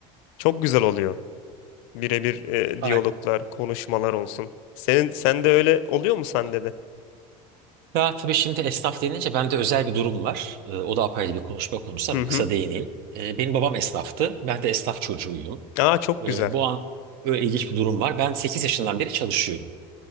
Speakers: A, on the left (about 70°); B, on the right (about 60°).
A: Çok güzel oluyor. Birebir e,
B: Hayır.
A: diyaloglar, konuşmalar olsun. Senin sen de öyle oluyor mu sende de?
B: Ya tabii şimdi esnaf denince bende özel bir durum var. E, o da apayrı bir konuşma konusu
A: Hı
B: ama
A: hı.
B: kısa değineyim. E, benim babam esnaftı. Ben de esnaf çocuğuyum.
A: Aa çok
B: Ee,
A: güzel.
B: bu an öyle ilginç bir durum var. Ben 8 yaşından beri çalışıyorum.